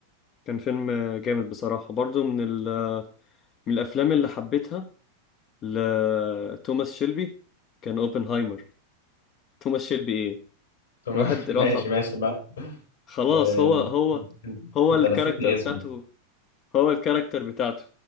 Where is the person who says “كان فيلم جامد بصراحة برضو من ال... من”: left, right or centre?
Left